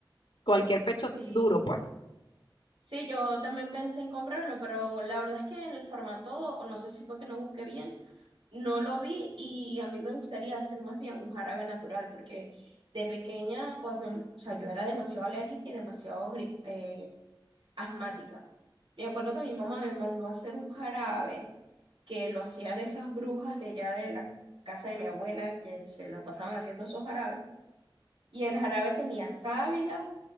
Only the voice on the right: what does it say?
Sí,
sí, yo también pensé en comprarlo, pero la verdad es que en el formato, o no sé si fue que no busqué bien, no lo vi y a mí me gustaría hacer más bien un jarabe natural, porque de pequeña, cuando, o sea, yo era demasiado alérgica y demasiado gri- eh, asmática. Me acuerdo que mi mamá me mandó a hacer un jarabe que lo hacía de esas brujas de allá de la casa de mi abuela que se la pasaban haciendo esos jarabes. Y el jarabe tenía sábila,